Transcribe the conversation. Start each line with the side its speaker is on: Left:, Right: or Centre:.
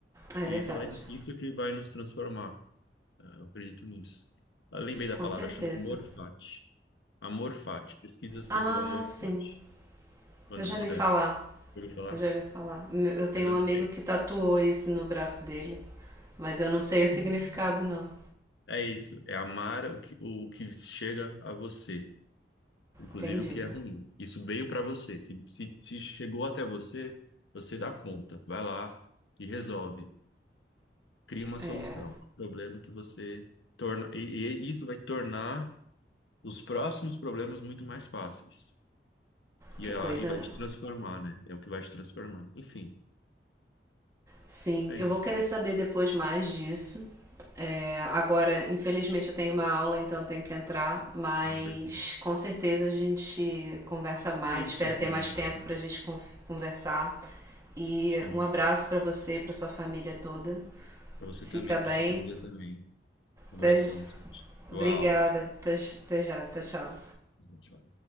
Right: é
Left: E
Right: verdade.
Left: isso vai, isso que vai nos transformar. É, Eu acredito nisso. Eu lembrei da
Right: Com
Left: palavra,
Right: certeza.
Left: chama Amor Fati. Amor Fati. Pesquisa sobre
Right: Ah,
Left: o Amor
Right: sim.
Left: Fati, quando
Right: Eu já
Left: puder.
Right: vi falar.
Left: Ouviu falar?
Right: Eu já vi falar. Eu tenho
Left: Exatamente.
Right: um amigo que tatuou isso no braço dele, mas eu não sei o significado, não.
Left: É é isso. É amar o que, o que chega a você, inclusive
Right: Entendi.
Left: o que é ruim. Isso veio para você. Se, se, se chegou até você, você dá conta. Vai lá e resolve. Cria uma
Right: É.
Left: solução. O problema é que você torna. E, e isso vai tornar os próximos problemas muito mais fáceis. E,
Right: Que
Left: a,
Right: coisa,
Left: e vai
Right: né?
Left: te transformar, né? É o que vai te transformar. Enfim,
Right: Sim,
Left: é
Right: eu
Left: isso.
Right: vou querer saber depois mais disso. É, agora, infelizmente, eu tenho uma aula, então tenho que entrar, mas
Left: Não, perfeito.
Right: com certeza a gente conversa mais.
Left: E a gente
Right: Espero
Left: continua.
Right: ter mais tempo
Left: Sim,
Right: para a gente conversar. E
Left: sim,
Right: um
Left: sim.
Right: abraço para você e para sua família toda.
Left: Pra você
Right: Fica
Left: também,
Right: bem.
Left: pra sua família também. Um
Right: Até-
Left: abração, Sandy. Boa
Right: Obrigada.
Left: aula.
Right: Até, já. tchau.
Left: Tchau.